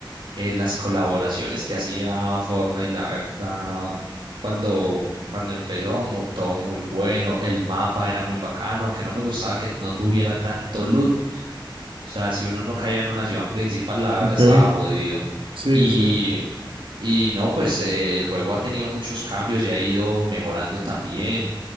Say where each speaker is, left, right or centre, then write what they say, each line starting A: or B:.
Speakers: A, on the right; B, on the right.
A: eh, las colaboraciones que hacía Fortnite, la verdad, cuando, cuando empezó, mu- todo muy bueno, el mapa era muy bacano, aunque no me gustaba que no tuviera tanto loot o sea, si uno no caía en una ciudad principal, la verdad
B: Ok,
A: estaba jodido.
B: sí,
A: Y,
B: sí.
A: y no, pues eh, el juego ha tenido muchos cambios y ha ido mejorando también.